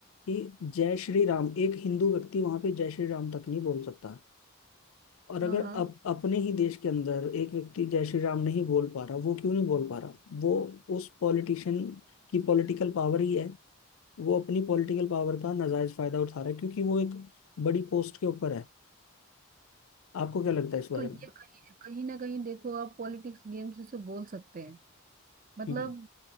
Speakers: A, on the left; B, on the right.
A: कि जय श्री राम एक हिंदू व्यक्ति वहाँ पे जय श्री राम तक नहीं बोल सकता और अगर
B: हाँ हाँ
A: अप, अपने ही देश के अंदर एक व्यक्ति जय श्री राम नहीं बोल पा रहा वो क्यों नहीं बोल पा रहा वो उस पॉलिटिशियन की पॉलिटिकल पावर ही है वो अपनी पॉलिटिकल पावर का नाजायज फायदा उठा रहा है क्योंकि वो एक बड़ी पोस्ट के ऊपर है आपको क्या लगता है इस बारे
B: तो ये
A: में
B: कहीं कहीं ना कहीं देखो आप पॉलिटिक्स गेम्स इसे बोल सकते हैं मतलब
A: हम्म।